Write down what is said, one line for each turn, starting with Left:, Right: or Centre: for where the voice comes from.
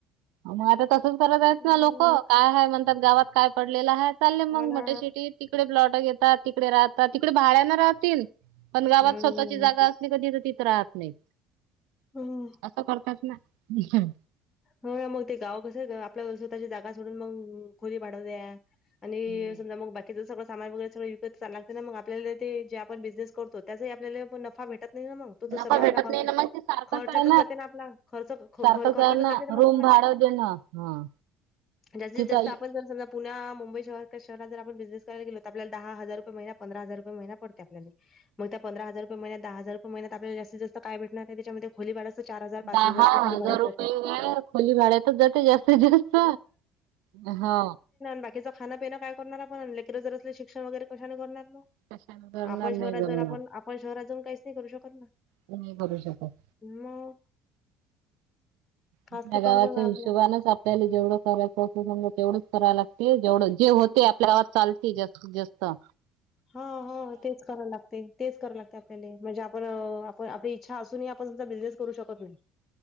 Right: मग आता तसंच करत आहेतच
Left: हम्म.
Right: ना, लोक काय आहे म्हणतात, गावात काय पडलेलं आहेत. चाललेय
Left: हो
Right: मग मोठ्या
Left: ना.
Right: शिटीत. तिकडे प्लॉट घेतात, तिकडे राहतात, तिकडे भाड्या ना राहतील. पण गावात
Left: हम्म.
Right: स्वतःची जागा असली कधी तर तिथं राहत नाही.
Left: हम्म.
Right: असं करतात ना, हम्म.
Left: हो, मग ते गाव कसं आहे. आपल्या स्वतःच्या जागा सोडून मग खोली भाड्याला द्या आणि
Right: हम्म.
Left: समजा मग बाकीचं सगळं सामान वगैरे सगळ ल लागत ना मग आपल्याला जे आपण बिझनेस करतो त्याचाही आपल्याला नफा भेटत ना मग. त त
Right: नफा
Left: सगळं
Right: भेटत
Left: आप
Right: नाही ना मग ते सारखंच
Left: खर्चातच
Right: आहे
Left: जाते ना आपला, खर्च-खर्च.
Right: सारखंच
Left: खर्चातच
Right: आहे ना
Left: जाते न मग
Right: रूम
Left: सगळं,
Right: भाडं देणं हा
Left: जास्तीत
Right: तिथं
Left: जास्त आपण
Right: इ-
Left: जर समज पुणे, मुंबई सारख्या शहरात जरं आपण बिझनेसकरायला गलो, तर आपल्या दहा हजार रुपे महिना, पंधरा हजार रुये महिना, पडते आपल्याला. मग त्या पंध हजार रुपय महिन्यात, दहा हजार रुये महियातल्या, जास्तस्त काय भेटणार आहे त्याच्यामध्ये खोली भाडाचं चार हजारच, पाच
Right: दहा
Left: हजार रुपये खोली भाड जाते.
Right: <unintelligible> खोली भाड्यातच जाते जास्त जास्त हा.
Left: बाकीच खांन, पिन काय करणार आपण, अन लेकर जर असले शिक्षण वगैरे कशाने करणार मग.
Right: कशाने करणार
Left: आपण
Right: नाही
Left: शहरातजऊ
Right: जमणार
Left: आपण, आपण शहरातजऊन काहीच नाही करू शकत ना.
Right: तिथ नाही करू शकत.
Left: मग हाच
Right: आपल्या
Left: तर प्रॉब्लेम
Right: गावाच्या
Left: आहे
Right: हिशोबानच
Left: आपला
Right: आप आपल्याला जेवढं करायचं असत तेवढंच करावं लागते, जवढं जे होते आपल्यावर चालते जास्ती जास्त ता
Left: हा, ह तेच करावं लागते तेच करां लागते आपल्याले, म्हणजे आपण आपण आपली इच्छा असूनही आपण तसा बिझनेस करू शकत नाही